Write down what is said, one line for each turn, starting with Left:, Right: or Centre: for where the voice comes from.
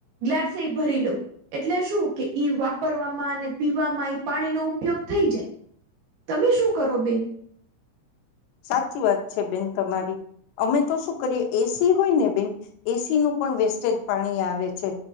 Right: ગ્લાસ એ ભરી લઉં એટલે શું કે ઈ વાપરવામાં અને પીવામાં ઈ પાણીનો ઉપયોગ થઈ જાય તમે શું કરો બેન
Left: સાચી વાત છે બેન તમારી અમે તો શું કરીએ એસી હોય ને બેન એસી નું પણ વેસ્ટેજ પાણી આવે છે